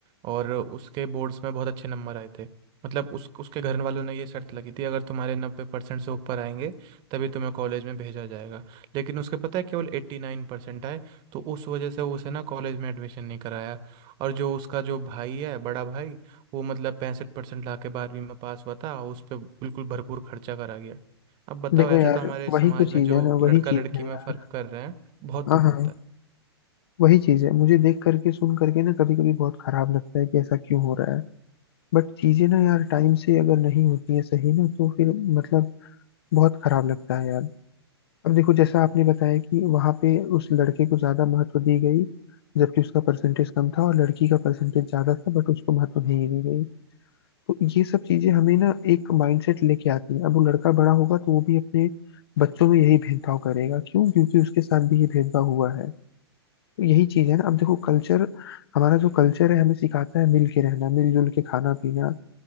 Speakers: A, on the right; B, on the left.
A: और उसके बोर्ड्स में बहुत अच्छे नंबर आए थे मतलब उस उसके घर वालों ने ये शर्त लगी थी अगर तुम्हारे नब्बे परसेंट से ऊपर आएंगे तभी तुम्हें कॉलेज में भेजा जाएगा लेकिन उसके पता है केवल एट्टी नाइन परसेंट आए तो उस वजह से उसे ना कॉलेज में एडमिशन नहीं कराया और जो उसका जो भाई है बड़ा भाई वो मतलब पैंसठ परसेंट ला के बारहवीं में पास हुआ था उस पर बिल्कुल भरपूर खर्चा करा गया अब बताओ
B: देखो
A: ऐसे
B: यार
A: तो हमारे
B: वही
A: समाज
B: तो
A: में
B: चीज
A: जो
B: है ना
A: लड़का
B: वही चीज
A: लड़की
B: है
A: में
B: यार
A: फर्क कर रहे हैं बहुत
B: हाँ
A: दुख
B: हाँ
A: होता है
B: वही चीज है मुझे देख करके सुन करके ना कभी कभी बहुत खराब लगता है कि ऐसा क्यों हो रहा है बट चीजें ना यार टाइम से अगर नहीं होती है सही ना तो फिर मतलब बहुत खराब लगता है यार अब देखो जैसा आपने बताया कि वहां पे उस लड़के को ज्यादा महत्व दी गई जबकि उसका परसेंटेज कम था और लड़की का परसेंटेज ज्यादा था बट उसको महत्व नहीं दी गई तो ये सब चीजें हमें ना एक माइंडसेट लेके आती है अब वो लड़का बड़ा होगा तो वो भी अपने बच्चों में यही भेदभाव करेगा क्यों क्योंकि उसके साथ भी ये भेदभाव हुआ है तो यही चीज है ना अब देखो कल्चर हमारा जो कल्चर है हमें सिखाता है मिल के रहना मिलजुल के खाना पीना